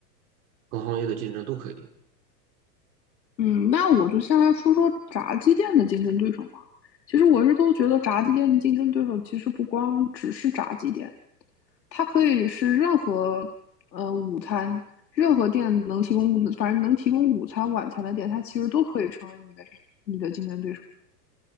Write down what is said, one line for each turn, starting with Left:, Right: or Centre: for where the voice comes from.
Right: 同行业的竞争都可以。
Left: 嗯，那我就先来说说炸鸡店的竞争对手吧。其实我一直都觉得炸鸡店的竞争对手其实不光只是炸鸡店，它可以是任何呃午餐，任何店能提供，反正能提供午餐、晚餐的店，它其实都可以成为你的你的竞争对手。